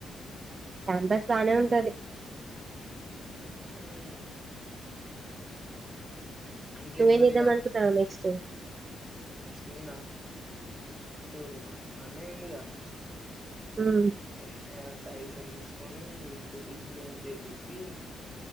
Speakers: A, on the right; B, in the centre.
A: క్యాంపస్ బానే ఉంటది.
B: ఉమ్ ఉమ్మ్. ఇంకేంది
A: నువ్వు ఎంచేదమ్
B: మరి ఇగ
A: అనుకుంటునవ్ నెక్స్ట్. ఆహ్.
B: నెక్స్ట్ నేనా ఇపుడు మా అన్నయ్య ఉండుగా.
A: ఉమ్
B: ఓ ఎస్. పైసన్ తీసుకొని ఇటు డిగ్రీ అంటే డిగ్రీ.